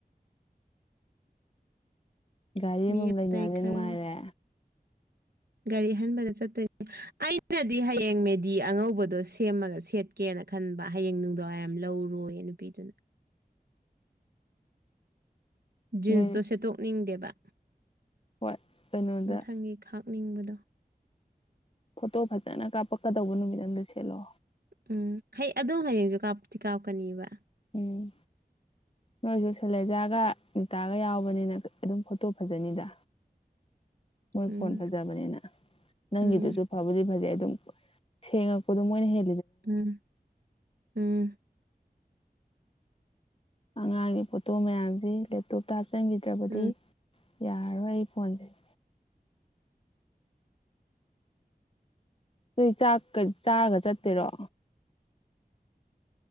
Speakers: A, on the left; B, on the right.
A: ꯒꯥꯔꯤ
B: ꯃꯤ
A: ꯑꯃꯃꯝ
B: ꯑꯇꯩ
A: ꯂꯩꯅꯅꯦ
B: ꯈꯔꯒ
A: ꯅꯨꯡꯉꯥꯏꯔꯦ
B: ꯒꯥꯔꯤ ꯍꯟꯕꯗ ꯆꯠꯇꯣꯏꯅꯦ ꯑꯩꯅꯗꯤ ꯍꯌꯦꯡ ꯃꯦꯗꯤ ꯑꯉꯧꯕꯗꯣ ꯁꯦꯝꯃꯒ ꯁꯦꯠꯀꯦꯅ ꯅ ꯈꯟꯕ ꯍꯌꯦꯡ ꯅꯨꯡꯗꯥꯡꯋꯥꯏꯔꯝ ꯂꯧꯔꯣꯏꯌꯦ ꯅꯨꯄꯤꯗꯨꯅ ꯖꯤꯟꯁꯇꯣ
A: ꯅꯣꯏ
B: ꯁꯦꯠꯇꯣꯛꯅꯤꯡꯗꯦꯕ
A: ꯍꯣꯏ ꯀꯩꯅꯣꯗ
B: ꯃꯊꯪꯒꯤ ꯈꯥꯛꯅꯤꯡꯕꯗꯣ
A: ꯐꯣꯇꯣ ꯐꯖꯅ ꯀꯥꯞꯄꯛꯀꯗꯧꯕ ꯅꯨꯃꯤꯠ ꯑꯗ ꯁꯦꯠꯂꯣ
B: ꯎꯝ ꯍ ꯑꯗꯨꯝ ꯍꯌꯦꯡꯁꯨ ꯀꯥꯞꯇꯤ ꯀꯥꯞꯀꯅꯤꯕ
A: ꯎꯝ
B: <unintelligible>
A: ꯅꯣꯏꯁꯨ ꯁꯦꯂꯦꯖꯥꯒ ꯅꯤꯇꯥꯒ ꯌꯥꯎꯕꯅꯤꯅ ꯑꯗꯨꯝ ꯐꯣꯇꯣ ꯐꯖꯅꯤꯗ
B: <unintelligible>
A: ꯃꯣꯏ
B: ꯎꯝ
A: ꯐꯣꯟ ꯐꯖꯕꯅꯤꯅ ꯅꯪꯒꯤꯗꯨꯁꯨ
B: ꯎꯝ
A: ꯐꯕꯨꯗꯤ ꯐꯖꯩ ꯁꯦꯡꯉꯛꯄꯗ ꯃꯣꯏꯅ ꯍ
B: ꯎꯝ ꯎꯝ
A: ꯑꯉꯥꯡꯒꯤ ꯐꯣꯇꯣ ꯃꯌꯥꯝꯁꯤ ꯂꯦꯞꯇꯣꯞꯇ ꯍꯥꯞꯆꯤꯟꯈꯤꯗ꯭ꯔꯕꯗꯤ
B: ꯎꯝ
A: ꯌꯥꯔꯣꯏ ꯑꯩ ꯐꯣꯟꯁꯩꯦ ꯁꯤ ꯆꯥꯛ ꯆꯥꯔꯒ ꯆꯠꯇꯦꯔꯣ